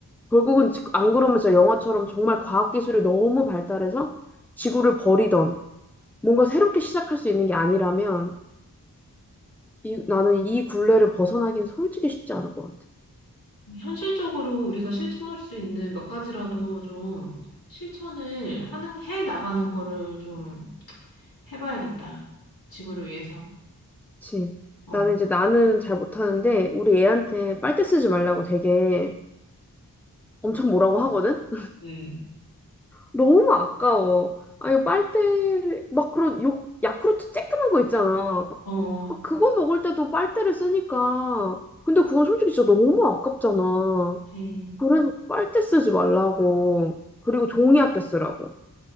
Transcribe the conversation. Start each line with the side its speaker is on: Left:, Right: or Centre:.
Centre: 결국은 지- 안 그러면 진짜 영화처럼 정말 과학기술이 너무 발달해서 지구를 버리던 뭔가 새롭게 시작할 수 있는 게 아니라면 이, 나는 이 굴레를 벗어나기는 솔직히 쉽지 않을 것 같아.
Left: 현실적으로 우리가 실천할 수 있는 몇 가지라도 좀 실천을 하는, 해 나가는 거를 좀 해봐야겠다. 지구를 위해서.
Centre: 그치?
Left: 어,
Centre: 나는 이제 나는 잘 못하는데 우리 애한테 빨대 쓰지 말라고 되게 엄청 뭐라고 하거든?
Left: 응
Centre: 너무 아까워. 아, 이 빨대, 막 그런 요, 야쿠르트 쬐끄만 거 있잖아. 아,
Left: 어,
Centre: 응. 그거 먹을 때도 빨대를 쓰니까. 근데 그건 솔직히 진짜 너무 아깝잖아.
Left: 네.
Centre: 그래서 빨대 쓰지 말라고. 그리고 종이 아껴 쓰라고.